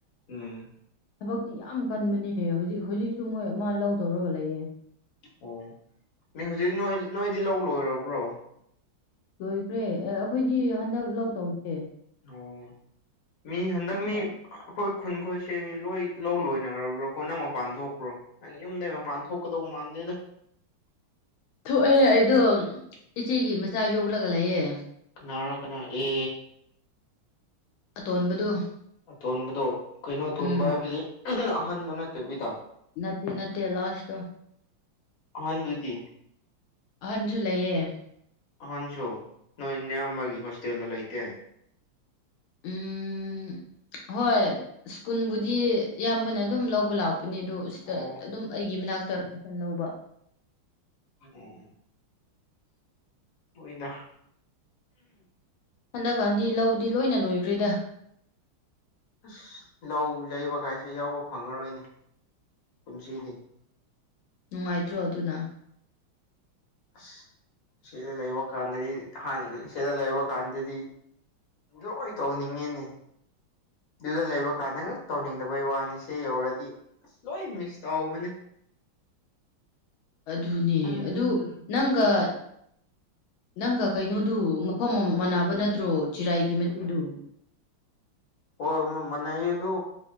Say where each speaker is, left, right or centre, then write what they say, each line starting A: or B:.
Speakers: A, on the left (about 55°); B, on the left (about 80°).
A: ꯎꯝ
B: ꯊꯕꯛꯇꯤ ꯌꯥꯝ ꯀꯟꯕꯅꯤꯅꯦ ꯍꯧꯖꯤꯛ ꯍꯧꯖꯤꯛꯁꯨ ꯃꯣꯏ ꯑꯃ ꯂꯧ ꯇꯧꯔꯒꯥ ꯂꯩꯌꯦ
A: ꯑꯣ ꯃꯤ ꯍꯧꯖꯤꯛ ꯅꯣꯏ ꯅꯣꯏꯗꯤ ꯂꯧ ꯂꯣꯏꯔꯕ꯭ꯔꯣ
B: ꯂꯣꯏꯈ꯭ꯔꯦ ꯑꯦ ꯑꯩꯈꯣꯏꯗꯤ ꯍꯟꯗꯛ ꯂꯧ ꯇꯧꯗꯦ
A: ꯑꯣ ꯃꯤ ꯍꯟꯗꯛ
B: ꯃꯤꯅ
A: ꯃꯤ ꯑꯩꯈꯣꯏ ꯈꯨꯟꯈꯣꯏꯁꯦ ꯂꯣꯏ ꯂꯧ ꯂꯣꯏꯅꯔꯕ꯭ꯔꯣꯀꯣ ꯅꯪ ꯃꯄꯥꯟ ꯊꯣꯛꯄ꯭ꯔꯣ ꯅꯪ ꯌꯨꯝꯗꯩ ꯃꯄꯥꯟ ꯊꯣꯛꯀꯗꯧ ꯃꯥꯟꯗꯦꯗꯥ
B: ꯊꯣꯛꯑꯦꯍꯦ ꯑꯩꯗꯣ ꯏꯆꯦꯒꯤ ꯃꯆꯥ ꯌꯣꯛꯂꯒꯥ ꯂꯩꯌꯦ
A: ꯀꯅꯥꯔꯥ ꯀꯅꯥꯔꯥ ꯑꯦ
B: ꯑꯇꯣꯟꯕꯗꯨ
A: ꯑꯇꯣꯟꯕꯗꯣ ꯀꯩꯅꯣ ꯑꯇꯣꯟꯕ
B: ꯎꯝ
A: ꯍꯥꯏꯕꯗꯤ ꯑꯍꯟꯗꯣ ꯅꯠꯇꯕꯤꯗꯥ
B: ꯅꯠꯇꯦ ꯅꯠꯇ ꯂꯣꯁ ꯇꯣ
A: ꯑꯍꯟꯗꯨꯗꯤ
B: ꯑꯍꯟꯁꯨ ꯂꯩꯌꯦ
A: ꯑꯍꯥꯟꯁꯨ ꯅꯣꯏ ꯅꯌꯥꯝꯕꯒꯤ ꯍꯣꯁꯇꯦꯜꯗꯥ ꯂꯩꯇꯦ
B: ꯎꯝ ꯍꯣꯏ ꯁ꯭ꯀꯨꯟꯕꯨꯗꯤ ꯑꯌꯥꯝꯕꯅ ꯑꯗꯨꯝ ꯂꯧꯕ ꯂꯥꯛꯄꯅꯦ ꯑꯗꯨ ꯁꯤꯗꯥ
A: ꯑꯣ
B: ꯑꯗꯨꯝ ꯑꯩꯒꯤ ꯃꯅꯥꯛꯇ ꯇꯨꯏꯁꯟ ꯂꯧꯕ
A: ꯑꯣ ꯑꯣꯏꯗꯥ
B: ꯍꯟꯗꯛꯀꯥꯟꯗꯤ ꯂꯧꯗꯤ ꯂꯣꯏꯅ ꯂꯣꯏꯈ꯭ꯔꯦꯗ
A: ꯑꯁ ꯂꯧ ꯌꯩꯕꯒꯥꯏꯁꯦ ꯌꯥꯎꯕ ꯐꯪꯉꯔꯣꯏꯅꯦ ꯀꯨꯝꯁꯤꯗꯤ
B: ꯅꯨꯡꯉꯥꯏꯇ꯭ꯔꯣ ꯑꯗꯨꯅ
A: ꯑꯁ ꯁꯤꯗ ꯂꯩꯕ ꯀꯥꯟꯗꯗꯤ ꯍꯥꯟꯅꯅ ꯁꯤꯗ ꯂꯩꯕ ꯀꯥꯟꯗꯗꯤ ꯂꯣꯏ ꯇꯧꯅꯤꯡꯉꯤꯅꯦ ꯑꯗꯨꯗ ꯂꯩꯕ ꯀꯥꯟꯗ ꯉꯥꯛ ꯇꯧꯅꯤꯡꯗꯕꯩ ꯋꯥꯅꯤ ꯁꯤ ꯌꯧꯔꯗꯤ ꯑꯁ ꯂꯣꯏ ꯃꯤꯁ ꯇꯧꯕꯅꯤ
B: ꯑꯗꯨꯅꯦ
A: ꯎꯝ
B: ꯑꯗꯨ ꯅꯪꯒ ꯅꯪꯒ ꯀꯩꯅꯣꯗꯨ ꯃꯐꯝ ꯃꯥꯟꯅꯕ ꯅꯠꯇ꯭ꯔꯣ ꯆꯤꯔꯥꯏꯒꯤ ꯃꯆꯤꯗꯨ
A: ꯍꯣꯏ ꯃꯥꯟꯅꯩꯌꯦ ꯑꯗꯨ